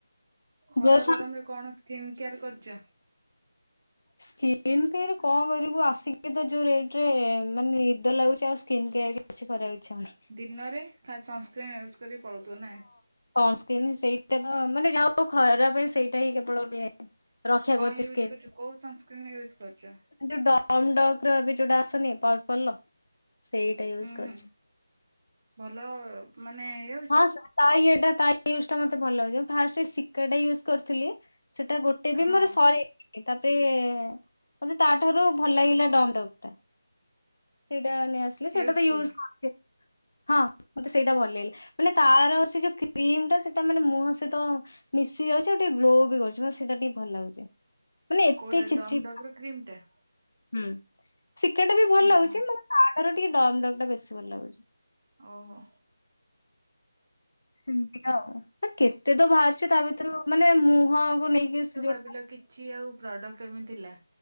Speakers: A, on the right; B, on the left.
A: ଖରା
B: ଡ୍ରେସ୍
A: ଗରମ ରେ କଣ ସ୍କିନ୍ କେୟାର କରିଛ?
B: ସ୍କିନ୍ କେ କଣ କରିବୁ ଆସିକି ତ ଯୋଉ ରେଟ ରେ ମାନେ ନିଦ ଲାଗୁଛି ଆଉ ସ୍କିନ୍ କେୟାର କିଛି କରିବାକୁ ଇଚ୍ଛା ହଉନି।
A: ଦିନରେ ଖା ସନସ୍କ୍ରିନ୍ ୟୁଜ୍ କରି ପଳଉଥିବୁ ନା?
B: ସନ ସ୍କ୍ରିନ୍ ସେଇଟା ତ ମାନେ ଯାହା ହଉ ଖରା ପାଇଁ ସେଇଟା ହିଁ କେବଳ ଗୋଟେ ରକ୍ଷା
A: କଣ
B: କରୁଛି
A: ୟୁଜ୍
B: ସ୍କିନ୍
A: କରୁଛୁ କୋଉ ସନସ୍କ୍ରିନ ୟୁଜ୍ କରୁଛୁ?
B: ଯୋଉ ଡମ ଡକ ର ଏବେ ଯୋଉଟା ଆଶୁନି ପର୍ପଲ ର ସେଇଟା ୟୁଜ
A: ହୁଁ
B: କରୁଛି।
A: ହୁଁ ଭଲ ମାନେ ୟୁ
B: ହଁ ସ ତା ଇଏ ଟା ତା ୟୁଜ ଟା ମତେ ଭଲ ଲାଗେ ଫାର୍ଷ୍ଟେ ସିକା ଟା ୟୁଜ କରିଥିଲି ସେଇଟା ଗୋ ଟେ ଦିନରେ
A: ହଁ
B: ସରି ନି ତାପେ ମୋତେ ତା ଠାରୁ ଭଲ ଲାଗିଲା ଡମ ଡାକ ଟା। ସେଇଟା ନେଇ ଆସିଲେ ସେଇଟା
A: ୟୁଜଫୁଲ
B: ତ ୟୁଜ କରିଦିଏ ହଁ ମତେ ସେଇଟା ଭଲ ଲାଗିଲା। ମାନେ ତାର ସେ ଯୋଉ କ୍ରିମ ଟା ସେଇଟା ମାନେ ମୁହ ସହିତ। ମିଶି ଯାଉଛି ଆଉ ଟିକେ ଗ୍ଲୋ ବି କରୁଛି ମ ସେଇଟା ଟିକେ ଭଲ ଲାଗୁଛି। ମାନେ ଏତେ
A: କୋଉଟା
B: ଚିପ୍
A: ଡମ
B: ଚିପ୍
A: ଡକ କ୍ରିମ ଟା?
B: ହୁଁ ଶିକା ଟା ବି ଭଲ ଲାଗୁଛି
A: ଓହୋ
B: ମାନେ ତାଠାରୁ ଟିକେ ଡମ ଡକ ଟା ବେଶୀ ଭଲ ଲାଗୁଛି।
A: ଓହୋ।
B: ହୁଁ। ଦିକା ଆଉ କେତେ ତ ବାହାରିଛି ତା ଭିତରୁ ମାନେ ମୁହଁକୁ ନେଇକି ସେ ଜୋ
A: <unintelligible> କି କିଛି ଆଉ ପ୍ରଡ଼କ୍ଟ ଏମି ଥିଲା।